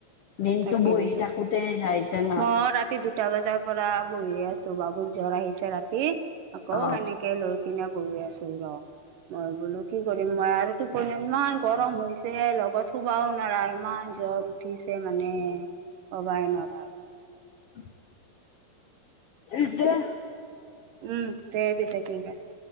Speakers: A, on the left (about 85°); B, on the right (about 70°).
A: দিনটো
B: তাকেইতো
A: বহি থাকোতে যাই। জানা
B: মই ৰাতি দুটা বজাৰ পৰা বহিয়ে আছো, বাবুৰ জ্বৰ আহিছে ৰাতি। আকৌ
A: অ
B: সেনেকে লৈ কিনে বহি আছো ৰ, মই বোলো কি কৰিম মই আৰু- টোপনি ইমান গৰম হৈছে লগত শুবাও নোৱাৰা ইমান জ্বৰ- উঠিছে মানে কবাই নৱাৰা আৰু।
A: উমহ' সেইটোৱে।
B: উম' দে পিছে ঠিক আছে।